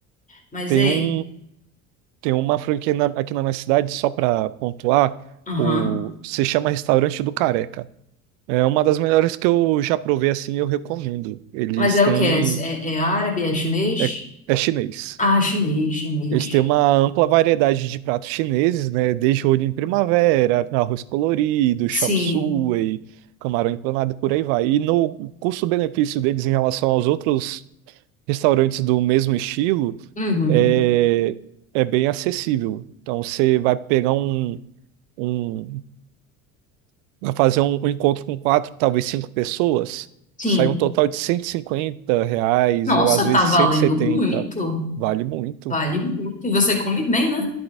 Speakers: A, on the left; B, on the right.
A: Mas,
B: Tem
A: ei,
B: um, tem uma franquia na- aqui na minha cidade, só para pontuar,
A: aham.
B: o, se chama Restaurante do Careca. É uma das melhores que eu já provei assim, eu recomendo. Eles
A: Mas é
B: têm,
A: o quê? É, é é árabe? É chinês?
B: é, é chinês.
A: Ah, chinês, chinês.
B: Eles têm uma ampla variedade de pratos chineses, né? Desde rolho em primavera, arroz colorido, chop
A: Sim,
B: suey, camarão empanado, por aí vai. E no custo-benefício deles em relação aos outros restaurantes do mesmo estilo,
A: uhum,
B: é, é bem acessível. Então você vai pegar um, um vai fazer um, um encontro com quatro, talvez cinco pessoas,
A: sim.
B: sai um total de 150 reais
A: Nossa,
B: ou às vezes
A: tá valendo
B: cento e setenta.
A: muito.
B: Vale muito.
A: Vale muito. E você come bem, né?